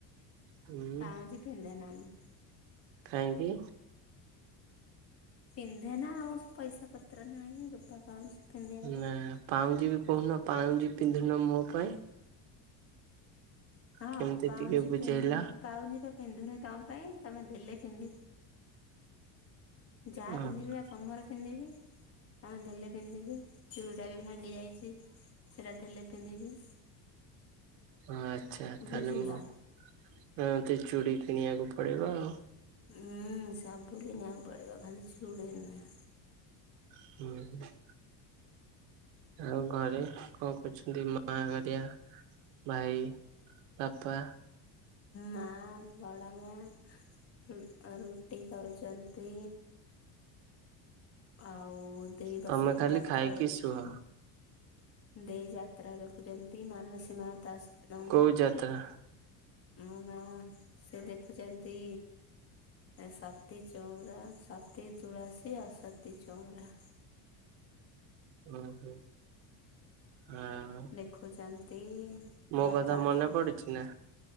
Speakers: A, on the right; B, on the left.
A: ହୁଁ
B: ପାଉଁଜି ପିନ୍ଧେନା ମୁଁ
A: କାହିଁକି?
B: ପିନ୍ଧେନା ଆଉ ପଇସା ପତ୍ର ନାହିଁ ରୂପା ପାଉଁଜି ପିନ୍ଧିବାକୁ
A: ନା ପାଉଁଜି ବି କହୁନ ପାଉଁଜି ପିନ୍ଧୁନ ମୋ ପାଇଁ।
B: ହଁ
A: କେମିତି
B: ପାଉଁଜି
A: ଟିକେ ବୁଝେଇଲ
B: ପିନ୍ଧୁନି ପାଉଁଜି ବା ପିନ୍ଧୁନି ତମ ପାଇଁ ତମେ ଦେଲେ ପିନ୍ଧି ଯାହା
A: ଓ
B: ପିନ୍ଧିବି ବା ତମର ପିନ୍ଧିବି ହଁ ଦେଲେ ପିନ୍ଧିବି ଚୁଡ଼ିଟା ବି ଭାଙ୍ଗି ଯାଇଛି ସେଟା ଦେଲେ ପିନ୍ଧିବି।
A: ଆଚ୍ଛା ଆଛା ତାହେଲେ
B: ବୁଝିଲ।
A: ମୁଁ ଚୁଡ଼ି କିଣିବାକୁ ପଡିବ ଆଉ
B: ହୁଁ ସବୁ କିଣିବାକୁ ପଡିବ ଖାଲି ଚୁଡ଼ି ନୁହେଁ।
A: <unintelligible> ଆଉ ଘରେ କଣ କରୁଛନ୍ତି ମା ଘରିଆ? ଭାଇ ବାପା
B: ମା ବଡମା ରୁ ରୁଟି କରୁଚନ୍ତି। ଆଉ ଦେଇ
A: ତମେ
B: ବସିକି
A: ଖାଲି
B: ଯାତ୍ରା
A: ଖାଇକି
B: ଦେଖୁଛୁ।
A: ଶୁଅ
B: ଦେଇ ଯାତ୍ରା ଦେଖୁଛନ୍ତି ମାନସୀ ମା ତା ସ ତ
A: କୋଉ ଯାତ୍ରା?
B: ମୋ ମା ସେ ଦେଖୁଚନ୍ତି ଏ ସତୀ ଚଉରା ସତୀ ତୁଳସୀ ଆଉ ସତୀ ଚଉରା।
A: ଓହୋ ହଁ।
B: ଦେଖୁଚନ୍ତି
A: ମୋ
B: ବାପା
A: କଥା ମନେ
B: ଆସିଛ
A: ପଡୁଛି ନା